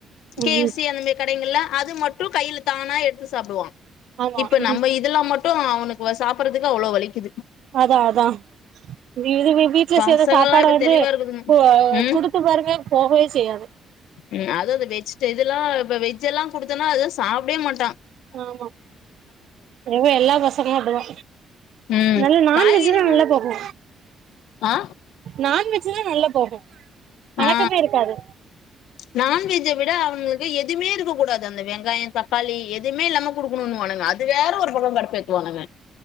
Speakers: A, on the right; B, on the left.
A: ம்
B: கே சி அந்த மாதி கடைகள்ல அது மட்டும் கையில தானா எடு எடுத்து சாப்பிடுவா
A: ஆமா
B: இப்ப
A: ம்
B: நம்ம இதெல்லா மட் மட்ட அவனுக்கு சாப்படுறதுக்கு அவ்வளவு வலிக்குது
A: அதா அதா இதுவே வீட்ல
B: பசங்கல்லா
A: செய்ற சாப்பாடு
B: இப்ப
A: வந்து
B: தெளிவா இருக்குதுங்க
A: கு
B: ம்
A: குடுத்து பாருங்க போகவே செய்யாது
B: ம் அது அந்த வெஜ் இதெல்லா இப்ப வெஜ் எல்லா கொடுத்தோனா அததுவு சாப்பிடவே மாட்டோ
A: ஆமா எவோ எல்லா பசங்களு அதுதா
B: ம்
A: நல்ல நான்வெஜ்
B: காய்கறினா
A: நல்லா போகு
B: ஆ
A: நான் வெஜ் சில நல்லா போகு கணக்கமே
B: ஆ
A: இருக்காது
B: நான்வெஜை விட அவங்களுக்கு எதுவுமே இருக்க கூடாது அந்த வெங்காய தக் களி எதுவுமே இல்லாம குடுக்கணும்னு வானுங்க அது வேற ஒரு பக்க கடுப்பேத்துவானுங்க